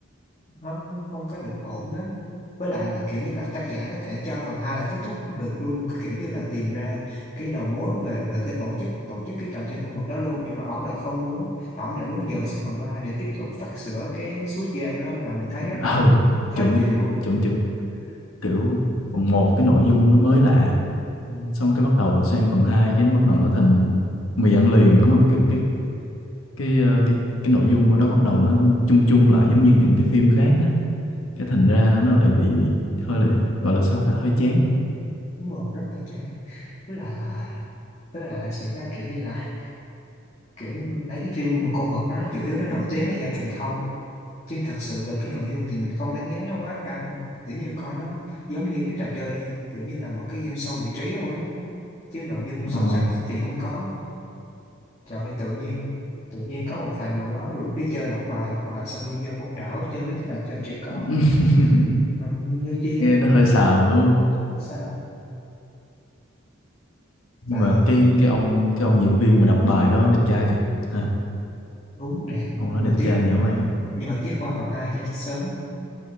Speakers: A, on the left (about 30°); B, on the left (about 85°).
A: nó cũng không có được ổn lắm với lại là kiểu như là tác giả có thể cho phần hai là kết thúc được luôn Cái kiểu như là tìm ra cái đầu mối về về cái tổ chức tổ chức cái trò chơi con mực đó luôn nhưng mà ông lại không muốn ông lại muốn dời sang phần ba để tiếp tục phát sửa cái Squid Game đó là mình thấy rất
B: ừ
A: là khó
B: chuẩn
A: chịu
B: chuẩn chuẩn kiểu phần một cái nội dung nó mới lạ
A: ừ,
B: xong cái bắt đầu sang phần 2 cái nó bắt đầu nó thành mì ăn liền đúng không kiểu cái cái ờ, cái cái nội dung của nó bắt đầu nó chung chung lại giống như những cái phim khác á cái thành ra nó lại bị hơi là, gọi là sao ta hơi chán
A: đúng rồi rất là chán với lại là với lại là sự ta kiểu như là kiểu lấy cái phim một con mực đó chủ yếu nó nổi tiếng là do truyền thông chứ thật sự về cái nội dung thì mình không đánh giá nó quá căng kiểu như coi nó giống như cái trò chơi kiểu như là một cái game show giải trí thôi á chứ nội dung sâu
B: ờ
A: sắc thì không có trời ơi tự nhiên tự nhiên có một thằng nào đó rủ đi chơi lọc bài lọc bài xong đi vô con đảo chơi mấy cái trò chơi trẻ con
B: <laughs>
A: Ừ, nghe chi
B: nghe
A: á
B: nó hơi xàm đúng không
A: rất sao
B: nhưng
A: bà
B: mà
A: được
B: cái cái ông cái ông diễn viên mà đọc bài đó đẹp trai thiệt ha
A: đúng đẹp
B: ông
A: nhưng
B: đó đẹp
A: mà tiếc
B: trai dã man
A: nhưng mà tiếc qua phần 2 ra chết sớm